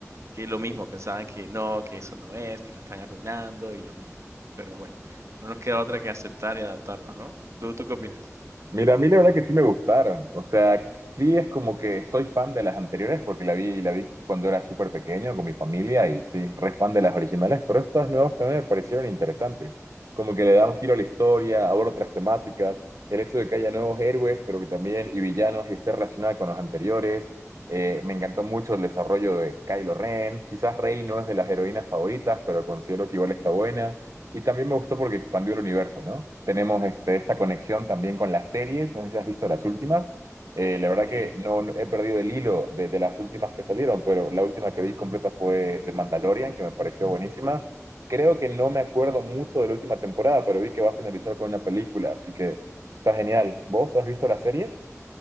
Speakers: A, on the right; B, on the right.
A: que lo mismo, pensaban que no, que eso no es, que la están arruinando y lo mismo. Pero bueno, no nos queda otra que aceptar y adaptarnos, ¿no? ¿Tú, tú qué opinas?
B: Mira, a mí la verdad que sí me gustaron. O sea, sí es como que soy fan de las anteriores porque la vi, la vi cuando era súper pequeño con mi familia y sí, re fan de las originales, pero estas nuevas también me parecieron interesantes. Como que le da un giro a la historia, aborda otras temáticas, el hecho de que haya nuevos héroes, pero que también y villanos y esté relacionada con los anteriores. Eh, me encantó mucho el desarrollo de Kylo Ren. Quizás Rey no es de las heroínas
A: Mm,
B: favoritas, pero considero que igual está buena. Y también me gustó porque expandió el universo, ¿no? Tenemos este, esta conexión también con las series, no sé si has visto las últimas. Eh, la verdad
A: Sí,
B: que no, no- he perdido el hilo de, de las últimas que salieron, pero la última que vi completa fue de Mandalorian, que me pareció buenísima. Creo que no me acuerdo mucho de la última temporada, pero vi que va a finalizar con una película, así que está genial. ¿Vos has visto las series?